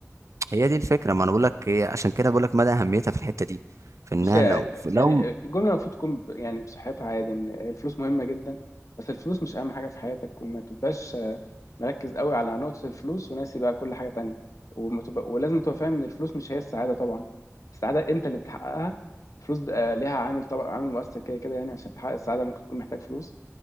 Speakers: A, on the right (about 70°); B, on the left (about 80°).
A: هي دي الفكره ما انا بقول لك هي- عشان كده بقول لك مدى اهميتها في الحته دي في انها
B: بص يا-
A: لو في لو
B: يعني الجمله المفروض تكون ب- يعني بصحتها عادي ان الفلوس مهمه جدا بس الفلوس مش اهم حاجه في حياتك وما تبقاش آه، مركز قوي على نقطه الفلوس وناسي بقى كل حاجه تانية وما تبقى ولازم تبقى فاهم ان الفلوس مش هي السعاده طبعا السعاده انت اللي بتحققها الفلوس ده، آه، ليها عامل طبعا عامل مؤثر كده كده يعني عشان تحقق السعاده ممكن تكون محتاج فلوس